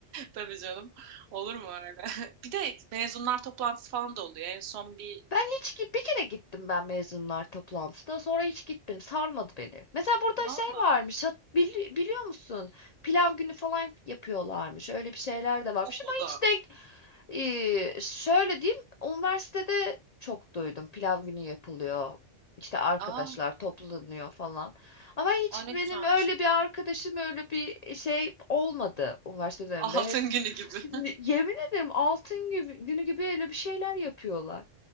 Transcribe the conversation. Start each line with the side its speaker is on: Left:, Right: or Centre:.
Right: Tabii canım. Olur mu öyle? <laughs> Bir de mezunlar toplantısı falan da oluyor. En son bir
Left: Ben hiç gi- bir kere gittim ben mezunlar toplantısına sonra hiç gitmedim sarmadı beni. Mesela burada
Right: Valla
Left: şey varmış hat- bili- biliyor musun pilav günü falan yapıyorlarmış öyle bir şeyler de varmış
Right: okulda.
Left: ama hiç denk Ee, şöyle diyeyim üniversitede çok duydum pilav günü yapılıyor İşte arkadaşlar
Right: Aa,
Left: toplanıyor falan ama hiç
Right: ay ne
Left: benim
Right: güzelmiş.
Left: öyle bir arkadaşım öyle bir şey olmadı üniversite döneminde
Right: Altın günü gibi.
Left: ne-
Right: <laughs>
Left: Yemin ederim altın gibi, günü gibi öyle bir şeyler yapıyorlar.